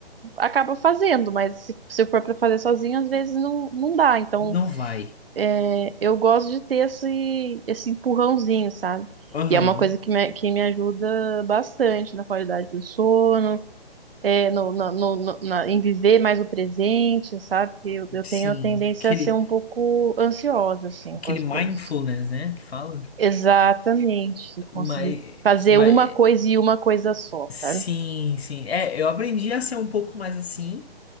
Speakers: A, on the right; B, on the left.
A: acaba fazendo, mas se, se for pra fazer sozinho, às vezes não, não dá. Então,
B: Não vai.
A: é, eu gosto de ter esse, esse empurrãozinho, sabe?
B: Aham,
A: E é uma coisa que me, que me ajuda bastante na qualidade do sono. é, no, na- no- no- na- em viver mais o presente, sabe? Que eu, eu
B: sim.
A: tenho a tendência
B: Aquele,
A: a ser um pouco ansiosa, assim,
B: aquele
A: com as
B: mindfulness,
A: coisas.
B: né, que fala.
A: Exatamente, se conseguir
B: Mas,
A: fazer
B: mas,
A: uma coisa e uma coisa só,
B: sim,
A: sabe?
B: sim. É, eu aprendi a ser um pouco mais assim.